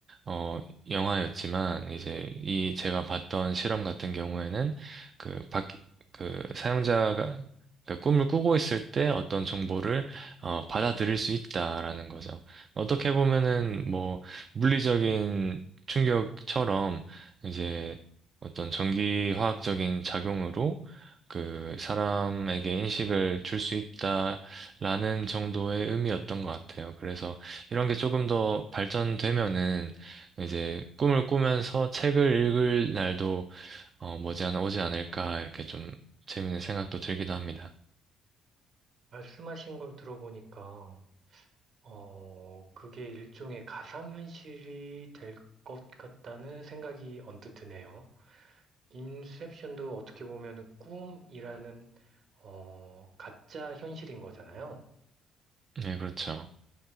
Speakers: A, on the right; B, on the right.
A: 어, 영화였지만, 이제, 이, 제가 봤던 실험 같은 경우에는, 그, 박, 그, 사용자가, 그 꿈을 꾸고 있을 때 어떤 정보를, 어, 받아들일 수 있다라는 거죠. 어떻게 보면은, 뭐, 물리적인 충격처럼, 이제, 어떤 전기화학적인 작용으로, 그, 사람에게 인식을 줄 수 있다라는 정도의 의미였던 것 같아요. 그래서, 이런 게 조금 더 발전되면은, 이제 꿈을 꾸면서 책을 읽을 날도 어, 머지않아 오지 않을까 이렇게 좀 재밌는 생각도 들기도 합니다.
B: 말씀하신 걸 들어보니까, 어, 그게 일종의 가상현실이 될 것 같다는 생각이 언뜻 드네요. 인셉션도 어떻게 보면 꿈이라는, 어, 가짜 현실인 거잖아요.
A: 네, 그렇죠.